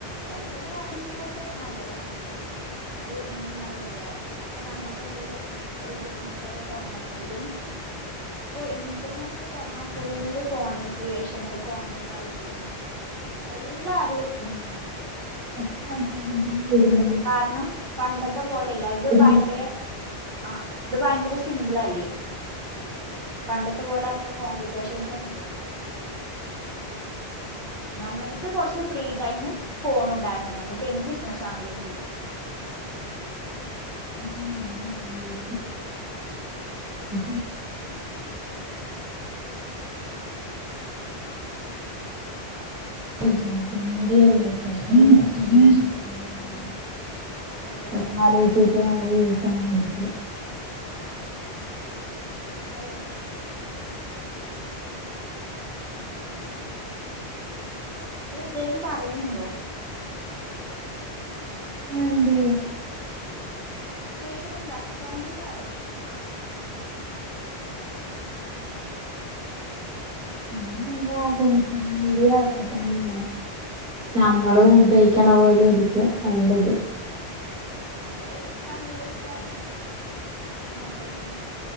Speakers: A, in the centre; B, on the right.
A: ചെല ചെല കാര്യങ്ങൾക്കൊക്കെ നല്ലതാണ് ഇത് നമുക്ക് നല്ല ഉപകാരാ ഇപ്പ ഞമ്മക്ക് എന്തേലും ഒരു ബിസിനസൊക്കെ തൊടങ്ങണെങ്കിലും ഇപ്പൊ ഇൻസ്റ്റാഗ്രാമൊക്കെ തൊറന്നാ full content creation content writing എല്ലാരും
B: ആഹ് എത്ര ഇതിലും വരുന്ന
A: കാരണം പണ്ടത്തെ പോലേല്ല ഇത് ഭയങ്കര
B: മാത്രം
A: ആഹ് ഇത് ഭയങ്കര സിംമ്പിളല്ലേ പണ്ടത്തെ പോലെ അത്ര കോംപ്ലിക്കേഷൻസ് ഒന്നു ഇല്ലല്ലോ നമ്മുടേടത്ത് കൊറച്ച് ഫ്രീ ടൈമും ഫോണുണ്ടായാ മതി നമുക്ക് എന്ത് ബിസിനസ്സാണെങ്കിലും ചെയ്യാം
B: ഊം ഉം <inaudible> <inaudible>
A: ഹലോ
B: പപ്പമാല ഒക്കിട്ട് നമ്മള് വസായൻ മതി
A: ഹലോ ഇന്ന് എന്തേലും പറയിണ് ണ്ടൊ
B: ആഹ് ണ്ട്
A: കേക്കണില്ല സൗണ്ട്ല് പറയ്
B: ഊം എന്താ സൊഷ്യൽ മീഡിയ അങ്ങൻ തന്നെയാണ് നമ്മളും ഉപയോഗിക്കണ പോലെ ഇരിക്കും അതിന്റത്
A: ഞമ്മള് കണ്ട്രോളെയ്താല് നല്ലതാണ്